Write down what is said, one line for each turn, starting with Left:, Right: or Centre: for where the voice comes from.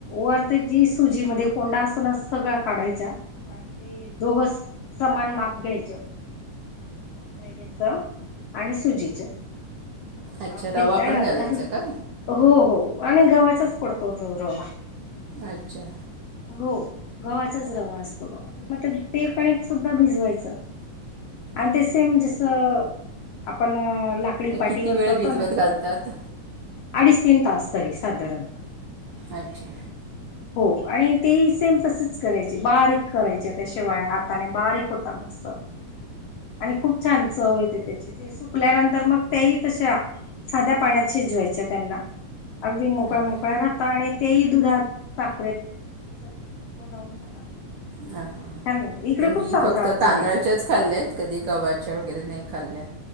Left: वरती जी सुजी मध्ये कोंडा असतो ना सगळा काढायचा आणि ते दोघ स सामान माप घ्यायच मैंदयाच आणि सुजीच म समान
Right: अच्छा
Left: माप
Right: रवा
Left: घेतल्या
Right: पण
Left: नणं
Right: घालायचा
Left: असं
Right: का
Left: हो हो आणि गव्हाचाच पडतो तो रवा
Right: अच्छा
Left: अ हो गव्हाचाच रवा असतो तो आणि मग ते कणिक सुद्धा भिजवायचं. आणि ते सेम जसं आपण ला आकडी
Right: मग
Left: पाटीवर
Right: किती वेळ
Left: करतो
Right: भिजवत
Left: ना
Right: घालतात
Left: अडीच तीन तास तरी साधारण
Right: अच्छा
Left: हो आणि ते ही सेम तसेच करायचे बारीक करायच्या त्या शेवाया हात ताने बारीक होता मस्त आणि खूप छान चव येते त्याची ती ते सुकल्यानंतर मग त्याही तशा साध्या पाण्यात शिजवायच्या त्यांना अगदी मोकळ्या
Right: अच्छा
Left: मोकळ्या राहतात आणि तेही दुधात साखरेत असं बनवून खाता.
Right: ह ह
Left: छान लाग
Right: आता
Left: इकडे खूप
Right: मी
Left: चालतं
Right: फक्त
Left: आमच्याकडे
Right: तांदळाच्याच खाल्यात. कधी गव्हाच्या वगैरे नाही खाल्ल्या